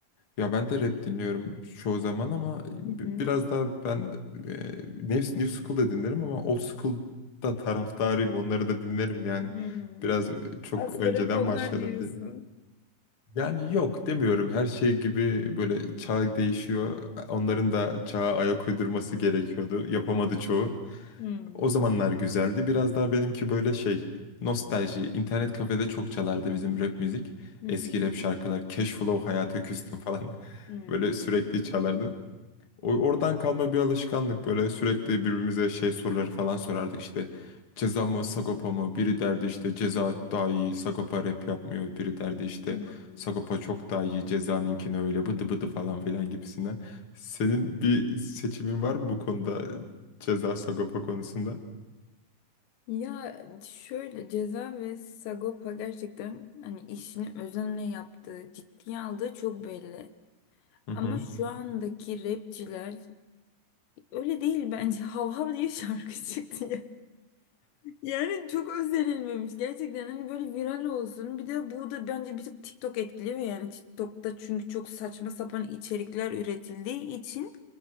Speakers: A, on the left; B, on the left.
A: Ya ben de rap dinliyorum çoğu zaman ama bi-
B: Hı hı.
A: biraz daha ben e, New, New School'da dinlerim ama Old School'da taraftarıyım. Onları da dinlerim yani.
B: Hmm.
A: Biraz e, çok
B: Aslında
A: önceden
B: rap onlar
A: başladım.
B: diyorsun.
A: Yani yok demiyorum her şey gibi böyle çağ değişiyor. Onların da çağa ayak uydurması gerekiyordu. Yapamadı çoğu.
B: Hmm.
A: O zamanlar güzeldi. Biraz daha benimki böyle şey nostalji. İnternet kafede çok çalardı bizim rap müzik.
B: Hı
A: Eski
B: hı.
A: rap şarkılar. Cashflow, Hayata Küstüm falan <laughs>
B: Hmm.
A: böyle sürekli çalardı. O- Oradan kalma bir alışkanlık böyle sürekli birbirimize şey soruları falan sorardık işte ceza mı Sagopa mı biri derdi işte ceza daha iyi Sagopa rap yapmıyor biri derdi işte
B: Hı hı.
A: Sagopa çok daha iyi cezanınkini öyle bıdı bıdı falan filan gibisinden. Senin bir seçimin var mı bu konuda ceza Sagopa konusunda?
B: Ya şöyle Ceza ve Sagopa gerçekten hani işini özenle yaptığı, ciddiye aldığı çok belli.
A: Hı hı.
B: Ama şu andaki rapçiler Öyle değil bence. <laughs> Hav hav diye şarkı çıktı ya. Yani çok özerilmemiş. Gerçekten hani böyle viral olsun. Bir de bu da bence bir tık TikTok etkiliyor yani. TikTok'ta çünkü çok saçma sapan içerikler üretildiği için